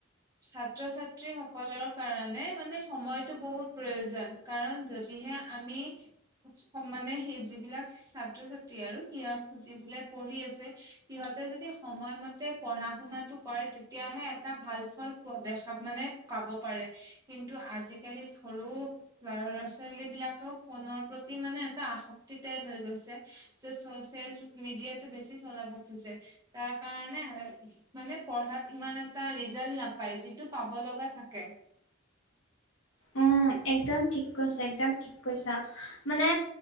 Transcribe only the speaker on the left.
অ একদম ঠিক কৈছা একদম ঠিক কৈছা। মানে